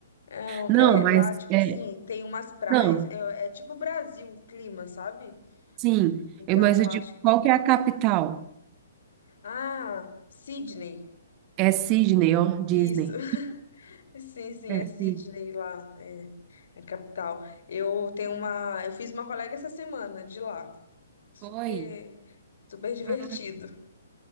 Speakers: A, on the left; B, on the right.
A: Não,
B: Não,
A: é,
B: mas
A: lá, tipo
B: é,
A: assim, tem umas praias,
B: não,
A: é, é tipo Brasil o clima, sabe?
B: sim.
A: Então,
B: Eu, mas eu
A: acho
B: digo,
A: que.
B: qual que é a capital?
A: Ah, Sydney.
B: É Sydney, ó, Disney.
A: Isso, <laughs> sim, sim,
B: É
A: é Sydney
B: Sydney.
A: lá, é a capital. Eu tenho uma. Eu fiz uma colega essa semana de lá. Super.
B: Foi?
A: Super divertido.
B: Ah,